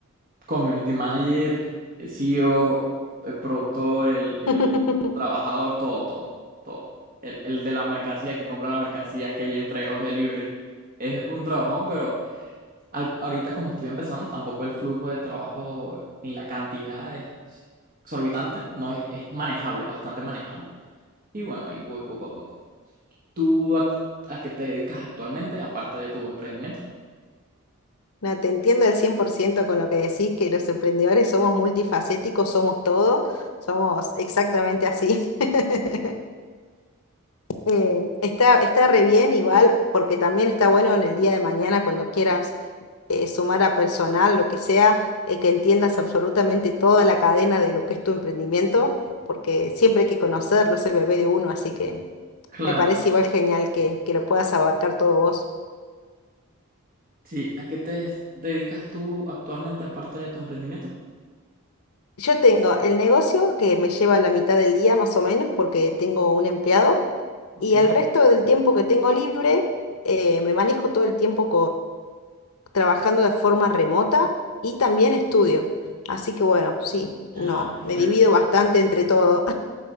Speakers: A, on the right; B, on the left.
A: community manager, el CEO, el productor, el, el
B: <laughs>
A: trabajador, todo, todo, todo. El, el de la mercancía, el que compra la mercancía, que ya entrega los deliveries. Es un trabajón, pero al- ahorita como estoy empezando, tampoco el flujo de trabajo ni la cantidad es exorbitante, no es, es manejable, bastante manejable. Y bueno, ahí voy poco a poco. ¿Tú a, a qué te dedicas actualmente, aparte de tu emprendimiento?
B: No, te entiendo al 100% con lo que decís, que los emprendedores somos multifacéticos, somos todo, somos exactamente así. <laughs> Eh, está, está re bien igual, porque también está bueno en el día de mañana cuando quieras eh, sumar a personal, lo que sea, eh, que entiendas absolutamente toda la cadena de lo que es tu emprendimiento, porque siempre hay que conocerlo, es el bebé de uno, así que
A: Claro,
B: me parece igual genial que, que lo puedas abarcar todo vos.
A: sí. ¿A qué te dedicas tú actualmente, aparte de tu emprendimiento?
B: Yo tengo el negocio que me lleva la mitad del día más o menos, porque tengo un empleado,
A: Ok.
B: y el resto del tiempo que tengo libre, eh, me manejo todo el tiempo trabajando de forma remota y también estudio. Así que bueno, sí, no,
A: Ah, perfecto.
B: me divido bastante entre todo.